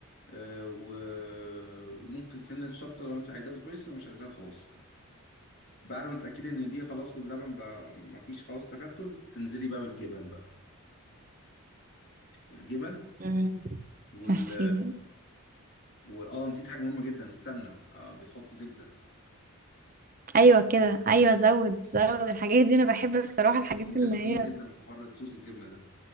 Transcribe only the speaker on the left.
آه، و... وممكن سنة شطة لو انت عايزاها سبايسي لو مش عايزاها خلاص بعد ما تتأكدي ان دي خلاص واللبن بقى مفيش خلاص تكتل تنزلي بقى بالجبن بقى الجبن
وال
واه نسيت حاجة مهمة جدا السمنة آه بتحط زبدة
اصلا الزبدة
مهمة
جدا في حر صوص الجبنة ده